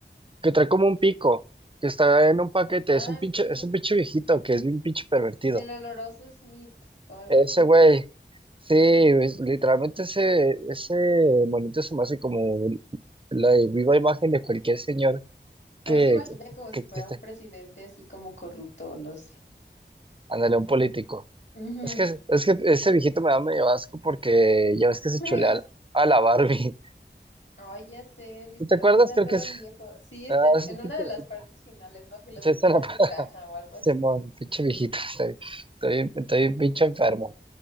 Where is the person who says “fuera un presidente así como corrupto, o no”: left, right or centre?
Left